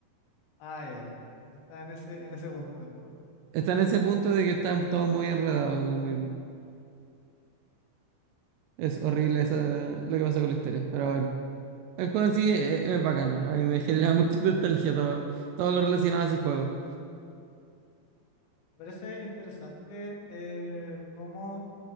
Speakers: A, on the left (about 80°); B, on the right (about 80°).
A: Ah, ya. Está en ese, en ese punto del juego.
B: Está en ese punto de que están todos muy enredados, como que es
A: Ya.
B: horrible esa, lo que pasa con la historia, pero bueno. El juego en sí es, es bacano, a mí me <laughs> genera mucha nostalgia todo, todo lo relacionado a ese juego.
A: Me parece interesante eh, cómo